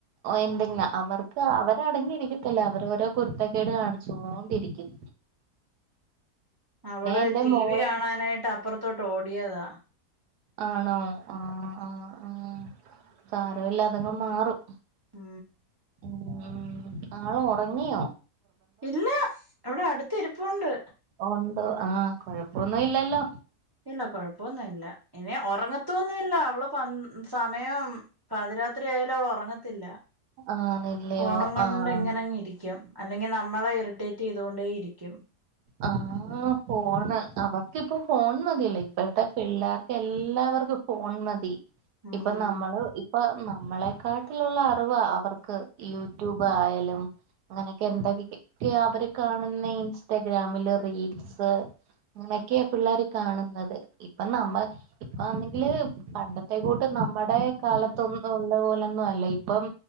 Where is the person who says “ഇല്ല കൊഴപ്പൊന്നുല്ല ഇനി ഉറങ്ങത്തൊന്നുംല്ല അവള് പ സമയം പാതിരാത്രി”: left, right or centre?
Right